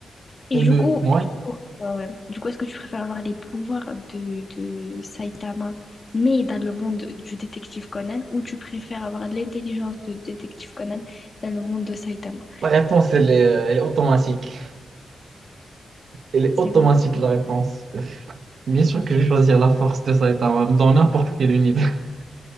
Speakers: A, on the left; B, on the right.
A: Et
B: c'est le.
A: du coup,
B: Ouais.
A: du coup, ouais, ouais. Du coup, est-ce que tu préfères avoir les pouvoirs de, de Saitama, mais dans le monde du détective Conan, ou tu préfères avoir l'intelligence de détective Conan dans le monde de Saitama?
B: La réponse, elle est, euh, elle est automatique. Elle est
A: C'est
B: automatique,
A: quoi?
B: la réponse. Bien sûr que je vais choisir la force de Saitama dans n'importe quel univers. <laughs>